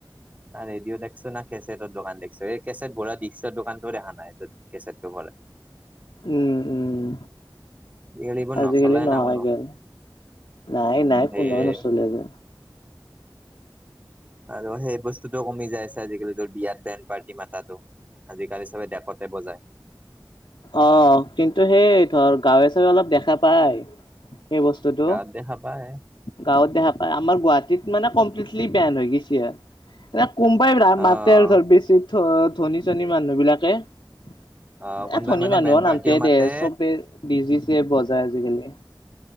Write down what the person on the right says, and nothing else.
না ৰেডিঅ দেখছো না কেছেটৰ দোকান দেখছো এই কেছেট বনোৱা বিক্সৰ দোকানটো দেখা নাই। কেছেট তো
আজিকালি এইবোৰ
নচলাই
না কোনো
উম, সেয়ে
আৰু সেই বস্তুটো কমি যাই আছে আজিকালি বিয়াত বেনড পাৰ্টি মাতাতো। আজিকালি চবে ডেকতে বজায়।
গাঁৱত দেখা পাই।
আহ
আহ কোনোবাই
মানে
বেণ্ড
পাৰ্টিও মাতে